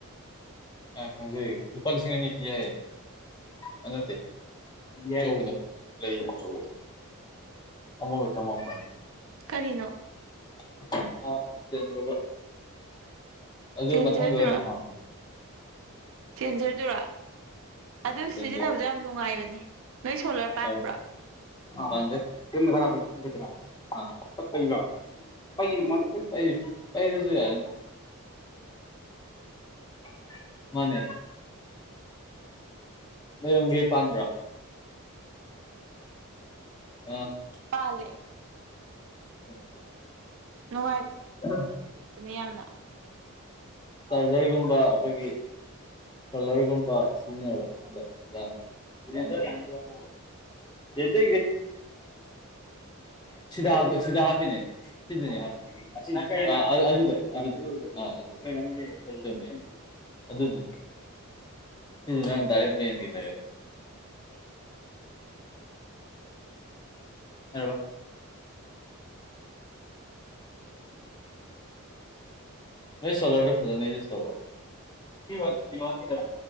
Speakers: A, on the left; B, on the right.
A: ꯑ ꯈꯪꯖꯩꯌꯦ ꯂꯨꯄꯥ ꯂꯤꯁꯤꯡ ꯑꯅꯤ ꯄꯤ ꯌꯥꯏꯌꯦ ꯑꯗꯨ ꯅꯠꯇꯦ ꯂꯩꯔꯔꯣꯏꯗ ꯂꯩꯌꯦ ꯑꯆꯧꯕ ꯑꯃꯒꯥ ꯆꯥꯃꯄꯟ
B: ꯀꯔꯤꯅꯣ
A: <unintelligible> ꯑꯗꯨ
B: ꯆꯦꯟꯖꯔꯗꯨꯔꯥ
A: ꯃꯊꯪꯗ ꯑꯣꯏꯅ ꯍꯥꯞ
B: ꯆꯦꯟꯁꯔꯗꯨꯔꯣ ꯑꯗꯨ
A: ꯆꯦꯟꯖꯔ
B: ꯁꯤꯖꯤꯟꯅꯕꯗꯣ ꯌꯥꯝ ꯅꯨꯡꯉꯥꯏꯕꯅꯦ ꯅꯣꯏ ꯁꯣꯂꯔ ꯄꯥꯟꯕ꯭ꯔꯣ
A: ꯑꯧ ꯄꯟꯗꯦ <unintelligible> ꯄꯩꯕꯥ ꯃꯥꯟꯒꯨꯝ ꯇꯧꯏ ꯄꯩꯔ꯭ꯁꯨ ꯌꯥꯏ <unintelligible> ꯃꯥꯅꯦ ꯅꯣꯏꯔꯣꯝꯒꯤ ꯄꯥꯟꯕꯔꯣ꯫ ꯑ <unintelligible>
B: ꯄꯥꯂꯦ
A: ꯑꯣꯀꯦ <unintelligible>
B: ꯅꯨꯡꯉꯥꯏ
A: ꯎꯝ <unintelligible>
B: ꯇꯅꯦ ꯌꯥꯝꯅ
A: ꯆꯥꯔꯖꯔꯒꯨꯝꯕ ꯑꯈꯣꯏꯒꯤ ꯁꯣꯂꯔꯒꯨꯝꯕ ꯁꯤꯖꯤꯟꯅꯕꯗ ꯌꯥꯝ <unintelligible> <unintelligible> ꯁꯤꯗ ꯍꯥꯞꯄꯦ ꯁꯤꯗ ꯍꯥꯞꯄꯤꯅꯦ ꯁꯤꯗꯅꯦ ꯍꯥꯞꯄꯤ ꯑꯥ ꯑꯗꯨ ꯑꯗꯨꯗꯣ ꯑꯗꯨꯗꯣ ꯑꯥ ꯑꯗꯨꯗꯣ ꯆꯨꯝꯃꯦ ꯑꯗꯨꯗꯣ ꯁꯤꯖꯤꯅ ꯗꯥꯏꯔꯦꯛ ꯃꯦꯟꯒꯤ ꯂꯩꯔꯦ ꯌꯥꯔꯕꯥ ꯅꯣꯏ ꯁꯣꯂꯔꯗꯨ ꯐꯖꯅ ꯌꯨꯁ ꯇꯧꯕ꯭ꯔꯣ ꯊ꯭ꯔꯤ ꯋꯥꯠ ꯀꯤꯂꯣ ꯋꯥꯠꯀꯤꯗꯨꯔꯥ